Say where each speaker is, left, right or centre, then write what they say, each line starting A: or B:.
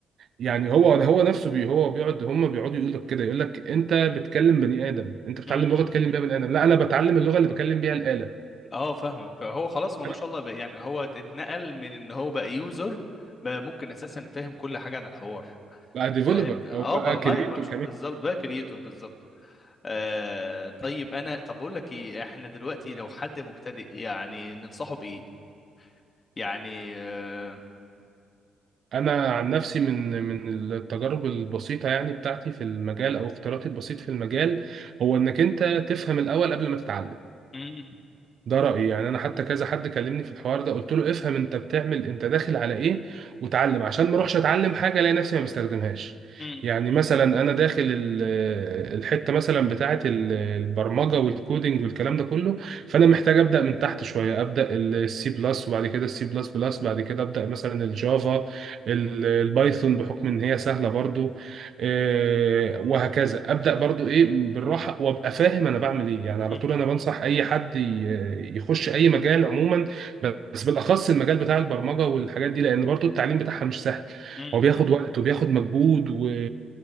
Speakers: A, on the right; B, on the left.
A: يعني هو هو نفسه بي هو بيقعد هم بيقعدوا يقول لك كده يقول لك انت بتكلم بني ادم انت بتتعلم
B: أمم.
A: لغه تكلم بيها بني ادم لا انا بتعلم اللغه اللي بكلم بيها الاله
B: اه فاهمك فهو خلاص هو ما
A: انا
B: شاء الله بقى يعني هو اتنقل من ان هو بقى يوزر بقى ممكن اساسا فاهم كل حاجه عن الحوار
A: بقى ديفلوبر
B: فاهم اه
A: او بقى
B: بقى ما
A: كرييتور
B: ما شاء بالظبط بقى كرييتور بالظبط آه طيب انا طب بقول لك ايه احنا دلوقتي
A: كمان
B: لو حد مبتدئ يعني ننصحه بايه يعني آه،
A: انا عن نفسي من من التجارب البسيطه يعني بتاعتي في المجال او اختياراتي البسيط في المجال هو انك انت تفهم الاول قبل ما تتعلم
B: مم،
A: ده رأيي يعني أنا حتى كذا حد كلمني في الحوار ده قلت له افهم أنت بتعمل أنت داخل على إيه وتعلم عشان ما أروحش أتعلم حاجة ألاقي نفسي ما بستخدمهاش
B: مم،
A: يعني مثلا أنا داخل ال- آه، الحتة مثلا بتاعة ال- البرمجة والكودينج والكلام ده كله فأنا محتاج أبدأ من تحت شوية أبدأ السي بلس وبعد كده السي بلس بلس بعد كده أبدأ مثلا الجافا ال- البايثون بحكم إن هي سهلة برضو آه، وهكذا ابدا برضو ايه بالراحه وابقى فاهم انا بعمل ايه يعني على
B: مم،
A: طول انا بنصح اي حد ي- يخش اي مجال عموما بس بالاخص المجال بتاع البرمجه والحاجات دي لان برضو التعليم بتاعها مش سهل
B: مم،
A: هو بياخد وقت وبياخد مجهود و...